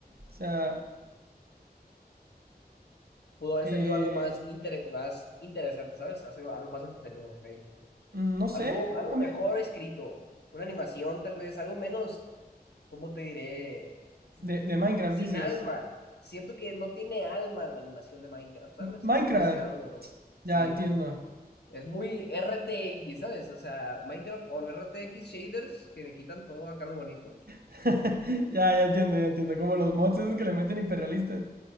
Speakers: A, on the right; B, on the left.
A: O sea,
B: Pudo haber
A: eh,
B: salido algo más, inter- más interesante, ¿sabes? Hacer algo más entretenido, maybe.
A: mm, no sé,
B: Algo, algo
A: a
B: mejor
A: mí...
B: escrito, una animación tal vez, algo menos, ¿cómo te diré?
A: De, de Minecraft
B: Sin
A: dices.
B: alma. Siento que no tiene alma la animación de Minecraft, ¿sabes?
A: Minecraft,
B: Es demasiado... Sí,
A: ya entiendo.
B: Es muy RTX, ¿sabes? O sea, Minecraft on RTX shaders que le quitan todo acá lo bonito.
A: <laughs> ya, ya entiendo, ya entiendo. Como los mods esos que le meten hiperrealistas.